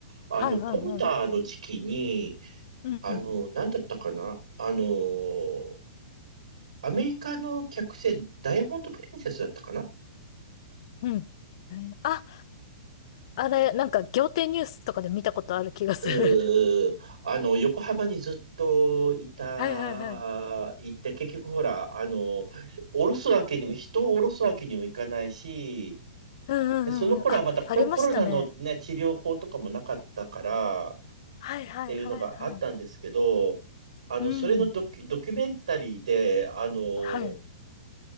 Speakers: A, on the right (about 65°); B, on the left (about 50°).
A: あの、
B: はいはいはい。
A: コロナの時期に、
B: うんうん。
A: あの、なんだったかなあの、アメリカの客船、ダイヤモンド・プリンセスだったかな
B: うん。えーああれ、なんか仰天ニュースとかで見たことある気がする。
A: うー、あの、横浜にずっといた、
B: <laughs> はいはいはい。
A: いて、結局ほら、あの、降ろすわけにも、人を降ろすわけにもいかないし、
B: うんうんうんうん。
A: でその頃はまたコロ、
B: あ、ありましたね。
A: コロナのね、治療法とかもなかったから、っ
B: はいはいはいはい。
A: ていうのがあったんですけど、あの、
B: うん。
A: それのドキュ、ドキュメンタリーで、あの、
B: はい。